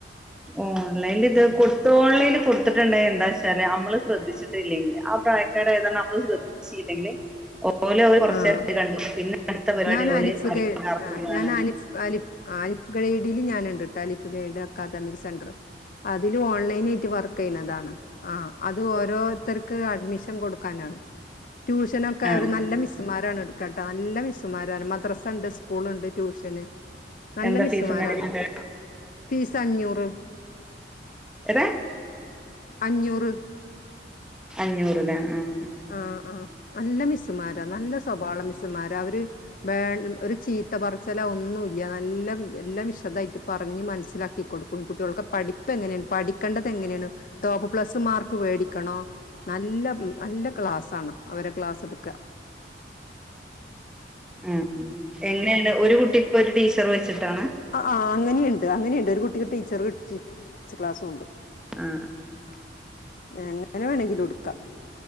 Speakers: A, in the centre; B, on the left.
A: ഓ ഓൺലൈൽ ഇത് കൊടുത്ത് ഓൺലൈനിൽ കൊടുത്തിട്ടുണ്ട എന്താ വെച്ചാല് നമ്മള് ശ്രദ്ധിച്ചിട്ടില്ലെങ്കിൽ പ്രക്കാരായതാണ് നമ്മള് ശ്രദ്ധിചില്ലേങ്കി ഓലെ കൊറച്ചേര
B: ആഹ്
A: കണ്ടു പിന്നെ അടുത്ത പരിപാടി
B: ഞാൻ
A: ഓലെല്ലർക്കാണ്
B: അലിഫ് ഗൈ ആ ഞാൻ അലിഫ് അലിഫ് അലിഫ് ഗൈഡൽ ഞാനുണ്ട്ട്ടാ അലിഫ് ഗൈഡ് അക്കാദമി സെന്റർ അതില് ഓൺലൈന് ആയിട്ട് വർക്ക് ചെയ്യുന്നതാണ് ആ അത് ഓരോരുത്തർക്ക് അഡ്മിഷൻ കൊടുക്കാനാണ് ട്യൂഷനക്കെ
A: ആഹ്
B: അവർ നല്ല മിസ് എടുക്കാട്ടെ നല്ല മിസ്സുമാരാണ് മദ്രാസ് ഇണ്ട് സ്കൂളിൽ ഇണ്ട് ടിയുഷ്യൻ നല്ല
A: എന്താ
B: മിസ്സ്മരാണ്
A: ഫീസും കാര്യങ്ങളൊക്കെ
B: ഫീസ് അഞ്ചുറ് ബ്ര
A: എതാ
B: അഞ്ഞൂറ്
A: അഞ്ഞൂറ് ലെ ഉം
B: ആ ആഹ് നല്ല മിസ്സുമാരാ നല്ല സ്വഭാവള്ള മിസ്സ്മാരാ അവര് ഒരു ചീത്ത പറച്ചില ഒന്നുംല്ല നല്ല എല്ലാം വിശദമായിട്ട് പറഞ്ഞു മനസ്സിലാക്കി കൊടുക്കും ഈ കുട്ടികൾക്ക് പഠിപ്പ് എങ്ങനെയാണ് പഠിക്കേണ്ടത് എങ്ങനെയാണ് ടോപ്പ് പ്ലസ് മാർക്ക് മേടിക്കണോ നല്ല നല്ല ക്ലാസാണ് അവരെ ക്ലാസ് എടുക്കുക
A: ആ എങ്ങനെയാണ് ഒരു കുട്ടി ഒരു ടീച്ചർ വെച്ചിട്ടാണ്
B: ആ ആ അങ്ങനെയുണ്ട് അങ്ങനെയുണ്ട് ഒരു കുട്ടിക്ക് ടീച്ചർ വച്ചിട്ടണ്ട് പിന്നെ ക്ലാസും ഉണ്ട്
A: ആഹ് ആഹ്
B: എങ്ങനെ വേണമെങ്കിലും ഇടുക്കാം